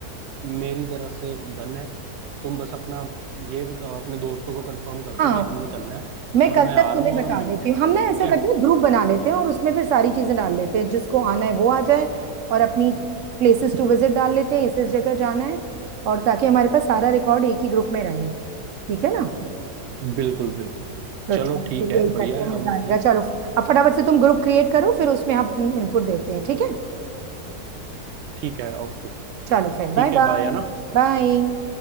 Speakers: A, on the right; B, on the right.
A: मेरी तरफ से डन है तुम बस अपना ये अ, अपने दोस्तों को कंफर्म कर दो
B: हाँ,
A: कि हमने चलना है
B: मैं
A: और
B: कल
A: मैं आ
B: तक तुम्हें
A: रहा हूँ
B: बता
A: और हम मिलते
B: देती
A: हैं
B: हूँ
A: बस
B: हम ना
A: ठीक
B: ऐसा
A: है
B: करते हैं ग्रुप बना लेते हैं और उसमें फिर सारी चीजें डाल लेते हैं जिसको आना है वो आ जाए और अपनी प्लेसेस टू विजिट डाल लेते हैं इस इस जगह जाना है और ताकि हमारे पास सारा रिकॉर्ड एक ही ग्रुप में रहे ठीक है ना
A: बिल्कुल बिल्कुल
B: तो
A: चलो
B: चलो
A: ठीक
B: फिर
A: है
B: यही
A: बढ़िया
B: करते
A: है
B: हैं मजा
A: हम
B: आएगा
A: ये
B: चलो अब फटाफट से तुम ग्रुप क्रिएट करो फिर उसमें हम इनपुट देते हैं ठीक है
A: ठीक है ओके
B: चलो
A: ठीक
B: फिर बाय बाय
A: है बाय है ना
B: बाय